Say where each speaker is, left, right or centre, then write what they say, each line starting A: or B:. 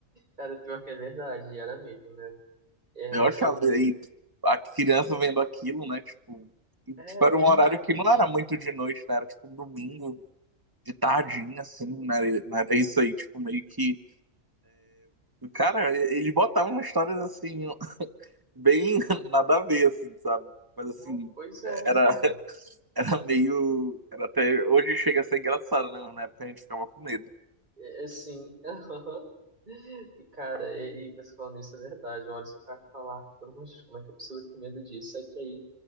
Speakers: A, on the right; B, on the right.
A: Cara, pior que é verdade, era mesmo, né? É,
B: Eu achava,
A: eu lembro.
B: aí, a criança vendo aquilo, né, tipo, e,
A: É,
B: tipo, era
A: exato.
B: um horário que não era muito de noite, né? Era, tipo, um domingo, de tardinha, assim, né? Era isso aí, tipo, meio que. Cara, eles botavam histórias assim, bem <laughs> nada a ver, assim, sabe? Mas assim,
A: Não, pois é,
B: era,
A: cara.
B: <laughs> era meio. Era até. Hoje chega a ser engraçado, né? Mas na época a gente ficava com medo.
A: É, é sim. <laughs> E, cara, e, e você falando isso é verdade. Olha, se o cara falar, pelo amor de Deus, como é que eu preciso ter medo disso? É que aí